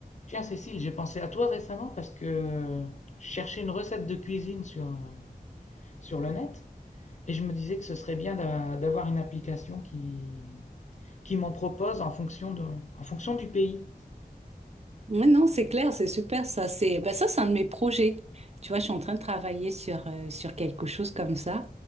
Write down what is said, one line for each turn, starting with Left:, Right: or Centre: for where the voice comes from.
Left: Tiens, Cécile, j'ai pensé à toi récemment parce que je cherchais une recette de cuisine sur, euh, sur le net et je me disais que ce serait bien d'a- d'avoir une application qui, qui m'en propose en fonction de, en fonction du pays.
Right: Oui, non, c'est clair, c'est super ça. C'est ben ça, c'est un de mes projets. Tu vois, je suis en train de travailler sur, euh, sur quelque chose comme ça.